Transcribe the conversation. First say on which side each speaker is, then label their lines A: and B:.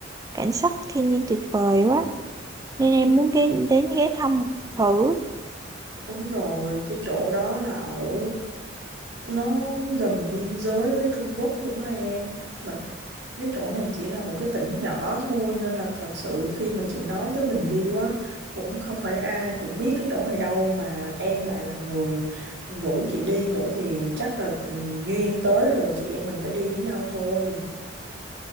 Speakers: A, on the right; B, on the right.
A: cảnh sắc thiên nhiên tuyệt vời quá. Nên em
B: Đúng,
A: muốn ghé, đến ghé thăm thử.
B: đúng rồi, cái chỗ đó là ở nó gần biên giới với Trung Quốc luôn á em. Mà cái chỗ này chỉ là một cái tỉnh nhỏ thôi nên là thật sự khi mà chị nói tới Bình Liêu á cũng không phải ai cũng biết cái chỗ này đâu mà em lại là người rủ chị đi nữa thì chắc là ừ, duyên tới rồi chị em mình phải đi với nhau thôi.